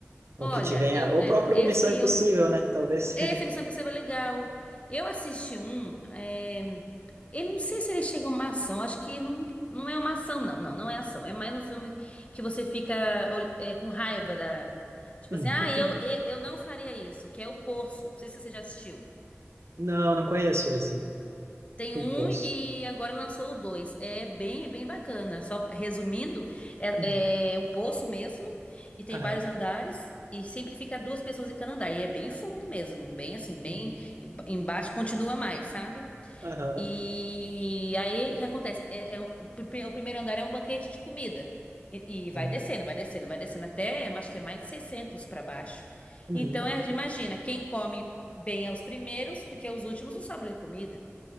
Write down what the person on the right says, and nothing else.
Ou
que te venha,
ou
o próprio
Missão Impossível,
né? Talvez.
<laughs>
Não, não conheço esse.
O
Poço.
Uhum.
Aham.
Uhum.
Aham.
tá.
Uhum.